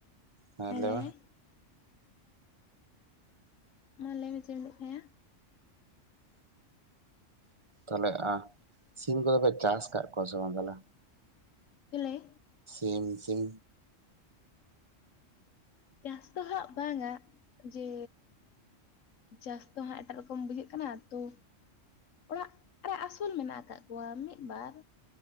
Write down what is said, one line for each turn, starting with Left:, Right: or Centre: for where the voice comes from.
Right: ᱦᱮᱸ ᱞᱟᱹᱭᱢᱮ?
Left: ᱞᱟᱹᱭ ᱢᱮ ᱢᱟ ᱞᱟᱹᱭ ᱢᱮ ᱪᱮᱫ ᱮᱢ ᱞᱟᱭᱮᱫ ᱛᱟᱦᱮᱸᱟ?
Right: ᱛᱟᱦᱚᱞᱮ ᱟ ᱥᱤᱢ ᱠᱚᱫᱚ ᱯᱮ ᱪᱟᱥ ᱠᱟᱜ ᱠᱚᱣᱟ ᱥᱮ ᱵᱟᱝ ᱛᱟᱦᱚᱞᱮ?
Left: ᱪᱮᱞᱮ?
Right: ᱥᱤᱢ ᱥᱤᱢ᱾
Left: ᱪᱟᱥ ᱫᱚ ᱦᱟᱸᱜ ᱵᱟᱝᱟᱹ ᱡᱮ ᱪᱟᱥ ᱫᱚ ᱦᱟᱹᱜ ᱮᱴᱟᱜ ᱨᱚᱠᱚᱢ ᱵᱩᱡᱷᱟᱹᱜ ᱠᱟᱱᱟ ᱛᱚ ᱚᱲᱟᱜ ᱨᱮ ᱟᱹᱥᱩᱞ ᱢᱮᱱᱟᱜ ᱟᱠᱟᱫ ᱠᱚᱣᱟ ᱢᱤᱫ ᱵᱟᱨ᱾